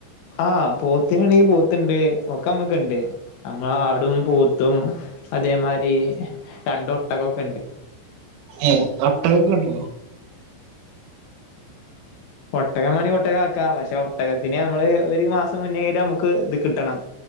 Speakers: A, on the left; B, on the right.
A: ആഹ് പോത്തി ആണെങ്കി പോത്ത്ണ്ട് ഒക്കെ അമ്മക്ക്ണ്ട് നമ്മൾ ആടും പൂത്തും അതേമാരി രണ്ട ഒട്ടക ഒക്കെ ഉണ്ട്
B: ഏ ഒട്ടൊക്കെ ഉണ്ടോ
A: ഒട്ടക മാണേ ഒട്ടക ആക്ക പക്ഷെ ഒട്ടകത്തിന് നമ്മള് ഒരു മാസം മുന്നേ നമുക്ക് ഇത് കിട്ടണം